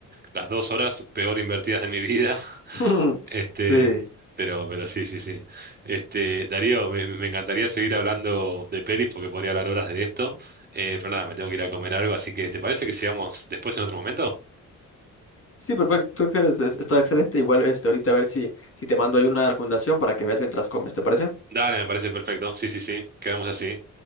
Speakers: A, on the right; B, on the left.
A: las dos horas peor invertidas de mi vida.
B: <laughs>
A: Este,
B: Sí.
A: pero, pero sí, sí, sí. Este, Darío, me, me encantaría seguir hablando de pelis porque podría hablar horas de esto. Eh, pero nada, me tengo que ir a comer algo, así que ¿te parece que sigamos después en otro momento?
B: Sí, perfecto, Ángeles, es- es- está excelente. Igual, este, ahorita a ver si, si te mando ahí una recomendación para que veas mientras comes, ¿te parece?
A: Dale, me parece perfecto. Sí, sí, sí. Quedamos así.